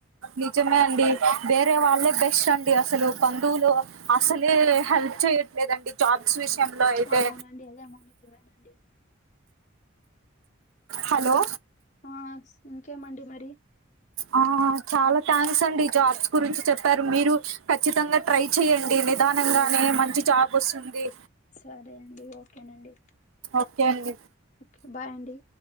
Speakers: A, on the right; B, on the left.
A: నిజమే అండి వేరే వాళ్ళే బెస్ట్ అండి అసలు బంధువులు అసలే హెల్ప్ చేయట్లేదండి జాబ్స్ విషయంలో అయితే
B: ఆవునండి అదేమో నిజమేనండి
A: హలో
B: ఆస్ ఇంకేమండి మరి
A: ఆ చాలా థ్యాంక్స్ అండి జాబ్స్ గురించి చెప్పారు మీరు ఖచ్చితంగా ట్రై చేయండి నిదానంగానే
B: జస్
A: మంచి జాబ్ వొస్తుంది.
B: సరే అండి ఓకే నండి
A: ఓకే అండి
B: ఓకే బాయ్ అండి